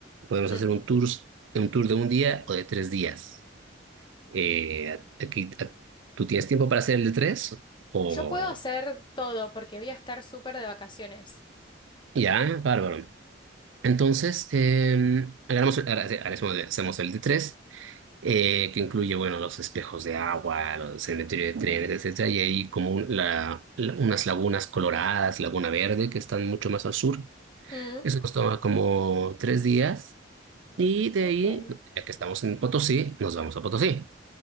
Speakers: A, on the right (about 80°); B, on the left (about 25°).
A: Podemos
B: Mm.
A: hacer un tour, un tour de un día o de tres días. Eh, aquí, a- ¿tú tienes tiempo para hacer el de tres? O
B: Yo puedo hacer todo porque voy a estar súper de vacaciones.
A: ya, bárbaro. Entonces, eh, agarramos- ahora hace- ahora hacemos hacemos el de tres eh, que incluye, bueno, los espejos de agua, los cementerios de trenes, etcétera, y hay como un- la- la- unas lagunas coloradas, Laguna Verde, que están mucho más al sur.
B: Mm,
A: Eso nos toma como tres días, y de
B: ok.
A: ahí, ya que estamos en Potosí, nos vamos a Potosí.